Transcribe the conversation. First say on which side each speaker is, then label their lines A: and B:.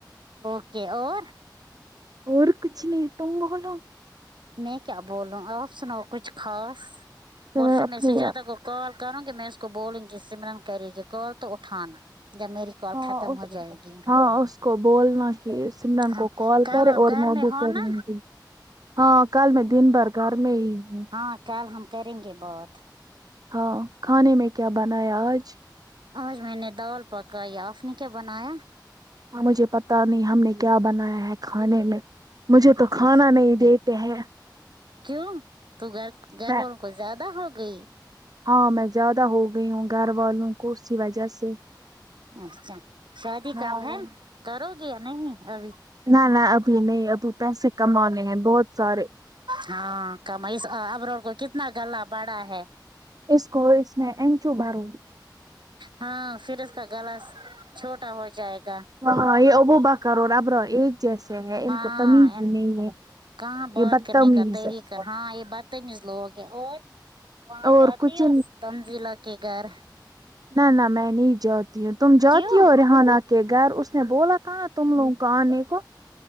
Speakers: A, on the right (about 85°); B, on the right (about 55°).
A: اوکے اور
B: اور کچھ نہیں تم بولو
A: میں کیا بولوں اور سناو کچھ خاص
B: تو
A: اور
B: میں
A: پھر
B: اپنی
A: میسے زیادہ کو کال کرونگی میں اس کو بولونگی سمرن کرے گی کال تو اٹھانا جب میری کال
B: ہاں
A: ختم ہو جائے گی
B: ہاں اس کو بولنا کہ سمرن
A: ہاں
B: کو کال
A: کل
B: کرے
A: آپ
B: اور
A: گھر
B: میں بھی
A: ہو
B: کرونگی
A: نا
B: ہاں کل میں دن بھر گھر میں ہی ہو
A: ہاں کل ہم کرینگے بات
B: ہاں کھانے میں کیا بنایا آج
A: آج میں نے دال پکائی اپ نے کیا بنایا
B: ہاں مجھے پتا نہیں ہم نے کیا بنایا ہے کھانے میں مجھے تو کھانا
A: اچھا
B: نہیں دیکھ تے ہے
A: کیوں تو گھر گھر
B: میں
A: والوں کو زیادہ ہو گئی
B: ہاں میں زیادہ ہو گئی ہوں گھر والوں کو اسی وجہ سے
A: اچھا شادی
B: نہ
A: کب ہے کرو گے یا نہیں ابھی
B: نہ نہ ابھی نہیں ابھی پیسے کمانے ہیں بہت سارے
A: ہاں کماس ابرار کو کتنا گلا بڑا ہے
B: اس کو اس نے اینچو بارو لی
A: ہاں پھر اس کا گلا چھوٹا ہو جائے گا
B: ہاں ہاں یہ ابو بکر اور ابرار ایک جیسے ہے ان
A: ہاں
B: کو تمیز
A: ان-
B: ہی نہیں ہے
A: کہاں بات
B: یہ بدتمیز
A: کرنے کا طریقہ
B: ہے
A: ہاں یہ بدتمیز لوگ ہیں اور وہاں
B: اور
A: جاتی
B: کچھ
A: ہو تنزیلا کے گھر
B: نہ نہ میں نہیں جاتی ہوں تم جاتی
A: کیوں
B: ہو ریحانہ کے گھر اس نے بولا تھا نا تم لوگ کھانے کو